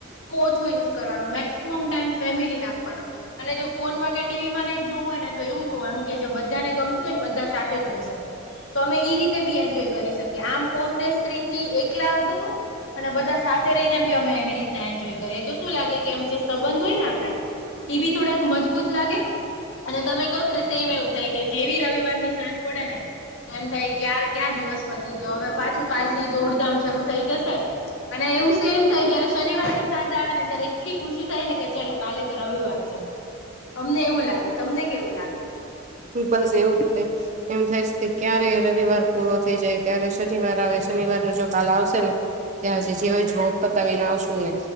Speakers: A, on the left; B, on the right.
A: બો ઓછું યુઝ કરવાનું મેક્સિમમ ટાઈમ ફેમિલીને આપ આપવાનો અને જો ફોનમાં કે ટીવી માં કઈક જોવું હોય ને તો એવું જોવાનું કે જે બધાને ગમતું હોય ને બધા સાથે જોઈ શકે. તો અમે ઈ રીતે બી એન્જોય કરી શકીએ આમ ફોન ને સ્ક્રીન થી એકલા દૂર અને બધા સાથે રહીને બી અમે એવી રીતના એન્જોય કરીએ તો શું લાગે કે એમ જે સંબંધ હોય ને આપડા ઈ બી થોડાક મજબૂત લાગે. અને તમે કહોત ને સેમ એવું થાય કે જેવી રવિવાર ની સાંજ પડે ને તો એમ થાય ક્યાર ક્યાં દિવસ પટ્ટી ગયો હવે પાછું કાલ થી દોડધામ શરૂ થઈ જશે. અને એવું સેમ થાય જયારે શનિવાર ની સાંજ આવે ને ત્યારે એટલી ખુશી થાય ને કે ચાલ કાલે તો રવિવાર છે અમને એવું લાગે તમને કેવું લાગે.
B: બસ એવું જ કંઈ એમ થાય કે ક્યારે રવિવાર પૂરો થઈ જાય ક્યારે શનિવાર આવે શનિવાર ન જો કાલ આવશે ને ત્યાં જે જે હોય જોબ પતાવીને આવશું ને